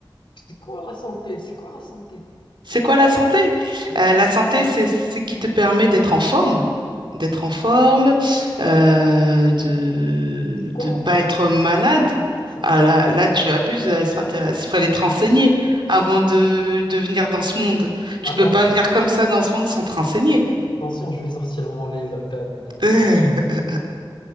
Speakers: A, on the left; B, on the right.
A: C'est quoi la santé? C'est quoi la santé?
B: C'est quoi la santé?
A: Oui.
B: Euh, la santé, c'est ce qui te permet d'être en forme, d'être en forme, euh, de
A: C'est quoi
B: ne
A: en
B: pas
A: forme?
B: être malade.
A: C'est
B: Ah, là,
A: quoi
B: là,
A: en forme?
B: tu abuses, là, extraterrestre. Il fallait te renseigner avant de, de venir dans ce monde. Tu
A: attention
B: peux pas venir comme ça dans ce monde sans te renseigner.
A: attention, je vais sortir mon laser gun. euh,
B: <laughs>